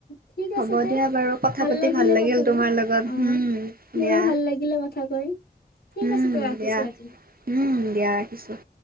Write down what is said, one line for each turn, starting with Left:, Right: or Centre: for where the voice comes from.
Left: ঠিক আছে
Right: হ'ব
Left: তে
Right: দিয়া বাৰু কথা পাতি
Left: লাগিলে
Right: ভাল লাগিল
Left: কথা কৈ
Right: তোমাৰ লগত
Left: অ
Right: হোম
Left: মোৰো
Right: দিয়া।
Left: ভাল লাগিলে কথা কৈ ঠিক
Right: উম
Left: আছে তই ৰাখিছো
Right: দিয়া
Left: আজি।
Right: উম দিয়া ৰাখিছোঁ।